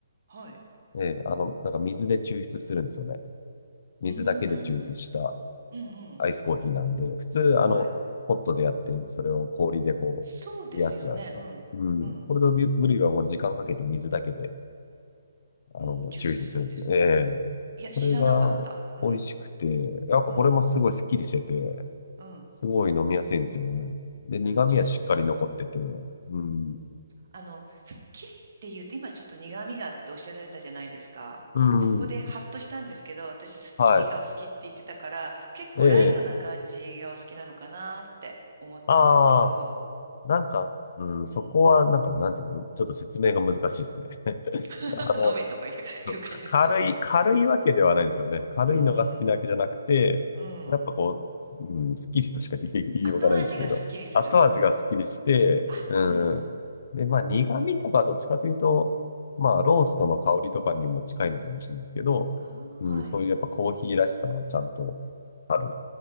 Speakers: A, on the right; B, on the left.
A: はい。
B: ええあの、なんか水で抽出するんですよね。水だけで抽出した
A: うーん、うん、うん。
B: アイスコーヒーなんで、普通、あの、
A: はい。
B: ホットでやって、それを氷でこう、
A: そうですよね。
B: 冷やすじゃないですか。
A: うん、
B: うん、
A: うん。
B: コールドブリューはもう時間かけて水だけで、あの、
A: うん、抽出するんですか
B: 抽出するんですけど、ええこれが美味しくて、
A: いや、知らなかった。うん、
B: やっぱこれもすごいスッキリしてて、
A: うん、うん。
B: すごい飲みやすいんですよね。で、苦味はしっかり残ってて、
A: あ、す
B: うん、
A: あの、すっきりっていうと、今ちょっと苦味があっておっしゃられたじゃないですか。
B: うん、
A: そこでハッとしたんですけど、私すっきりがお好きって言ってたから、
B: はい。
A: 結構ライトな感じがお好きなのかなって思ったんですけど、
B: ええああ、なんか、うん、そこはなんか、
A: うん。
B: なんていうの、ちょっと説明が難しいですね。
A: <laughs>
B: あの、
A: 飲めとかいう、
B: そうか軽い、
A: いう感じですね。
B: 軽いわけではないんですよね。軽いのが好きなわけじゃなくて、
A: うんうん。うん。
B: やっぱこう、うん、スッキリとしか言い言いようがないんですけど、
A: 後味がすっきりする
B: 後味がスッキリして、
A: あ、
B: うん。
A: うん。
B: で、まあ苦味とかどっちかというと、まあローストの香りとかにも近いのかもしれないですけど、
A: あーはい。
B: うん、そういうやっぱコーヒーらしさはちゃんとある